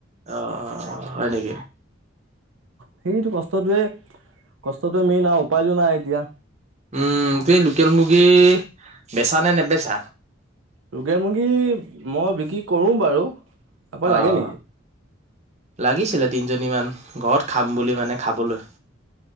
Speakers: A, on the right (about 35°); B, on the right (about 75°).
A: অ', - অ', - অ', হয় নেকি।
B: সেইটো কষ্টটোৱে কষ্টটো মেইন আৰু উপায়ো নাই এতিয়া।
A: উম তুমি লোকেল মুৰ্গী বেচা নে নেবেচা?
B: লোকেল মুৰ্গী মই বিক্ৰী কৰো বাৰু আপোনাক
A: অ',
B: লাগে নেকি
A: লাগিছিলে তিনিজনী মান। ঘৰত খাম বুলি মানে খাবলৈ